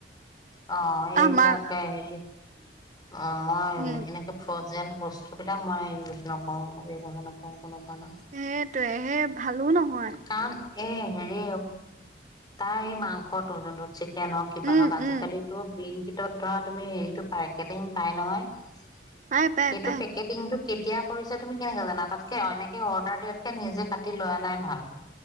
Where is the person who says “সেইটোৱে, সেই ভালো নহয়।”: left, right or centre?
Right